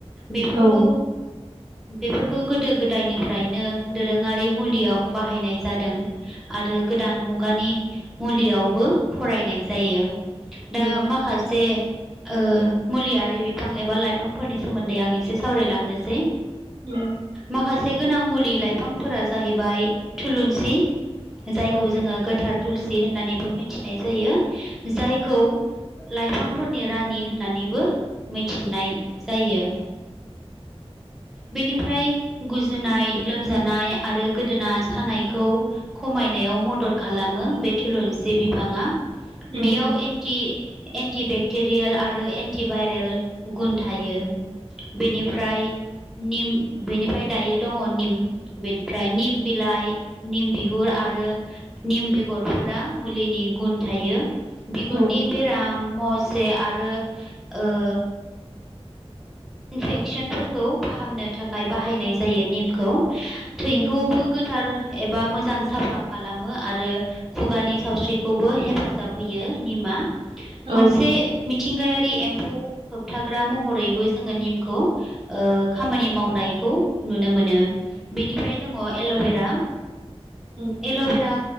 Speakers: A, in the centre; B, on the right.
A: बेफोरखौ
B: औ
A: बेफोरखौ गोदो गोदायनिफ्रायनो दोरोङारि मुलियाव बाहायनाय जादों आरो गोदान मुगानि मुलियावबो फरायनाय जायो दा
B: उम
A: माखासे ओ मुलियारि बिफां एबा लाइफांफोरनि सोमोन्दै आं एसे सावरायलांनोसै
B: उम
A: माखासे गोनां मुलि लाइ बिफांफोरा जाहैबाय थुलुंसि जायखौ
B: औ
A: जोङो गोथार थुलसि होननानैबो मिथिनाय जायो जायखौ लाइफांफोरनि रानि होननानैबो मिथिनाय जायो। बेनिफ्राय गुजुनाय लोमजानाय आरो गोदोना सानायखौ खमायनायाव मदद खाला मो बे थुलुंसि बिबाङा
B: उम
A: बेयाव एन्टि एन्टिबेक्टेरियेल आरो एन्टि भाइरेल गुन थायो। बेनिफ्राय निम बेनिफ्राय दायो दङ निम बेनिफ्राय निम बिलाइ निम बिगुर आरो निम बेगरफोरा मुलिनि गुन थायो बिगुरनि
B: औ
A: बेराम मस से आरो ओ इनफेक्सनफोरखौ फाहामनो थाखाय बाहायनाय जायो निमखौ। थैखौबो
B: उम
A: गोथार एबा मोजां साफा खालामो आरो खुगानि सावस्रिखौबो हेफाजाब होयो निमा।
B: औ
A: मोनसे मिथिंगायारि एम्फौ होबथाग्रा महर यैबो जोङो निमखौ खामानि मावनायखौ नुनो मोनो। बेनिफ्राय दङ एल'बेरा
B: उम
A: एल'बेरा